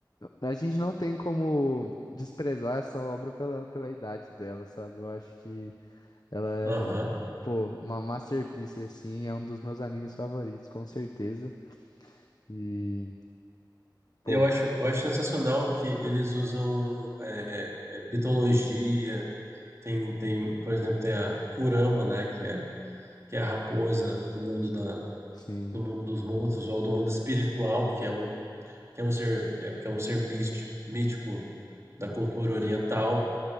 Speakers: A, on the left; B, on the right.
A: a gente não tem como desprezar essa obra pela, pela idade dela, sabe? Eu acho que ela é,
B: Aham.
A: pô, uma masterpiece, assim, é um dos meus animes favoritos, com certeza. E, pô,
B: Eu acho, eu acho sensacional que eles usam é, é, mitologia. Tem, tem, por exemplo, tem a Kurama, né, que é, que é a raposa do mundo da,
A: sim,
B: do mundo dos monstros ou do mundo espiritual, que é um, que é um ser, é, que é um ser místico, mítico da cultura oriental.